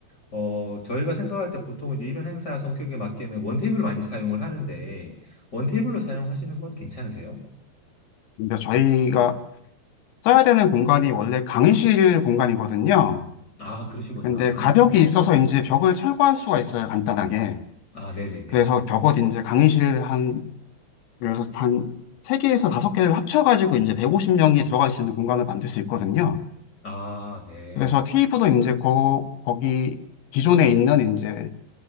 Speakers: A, on the left (about 25°); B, on the left (about 80°).
A: 어, 저희가 생각할 때 보통 이제 이런 행사 성격에 맞게는 원테이블 많이 사용을 하는데, 원테이블로 사용하시는 건 괜찮으세요?
B: 근데 저희가 써야 되는 공간이 원래 강의실 공간이거든요.
A: 아, 그러시구나.
B: 근데
A: 강의실
B: 가벽이
A: 공간이시구나.
B: 있어서 이제 벽을 철거할 수가 있어요, 간단하게.
A: 아, 네네네.
B: 그래서 벽옷 이제 강의실 한 그래서 단 3개에서 5개를 합쳐가지고 이제 150명이 들어갈 수 있는 공간을 만들 수 있거든요.
A: 아, 네.
B: 그래서 테이블도 이제 거, 거기 기존에 있는 이제